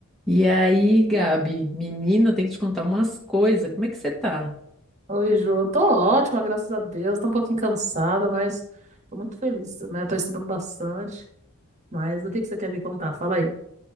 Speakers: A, in the centre; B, on the right (about 35°).
A: E aí, Gabi, menina, tem que te contar umas coisas. Como é que você tá?
B: Oi, Ju. Tô ótima, graças a Deus. Tô um pouquinho cansada, mas tô muito feliz, né? Tô estudando bastante. Mas o que que você quer me contar? Fala aí.